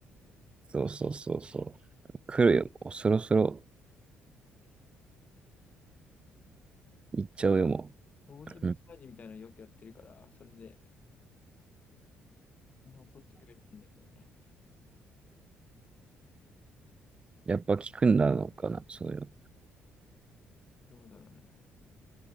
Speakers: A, on the right; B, on the left.
A: そうそうそうそう。来るよ。もうそろそろ行っちゃうよ、も
B: 頭皮マッサージみたいなのよくやってるから、
A: う。うん
B: それで残ってくれていいんだけどね。
A: やっぱ効くんだろうかな、そういうの。
B: どうだろうね。ちょっ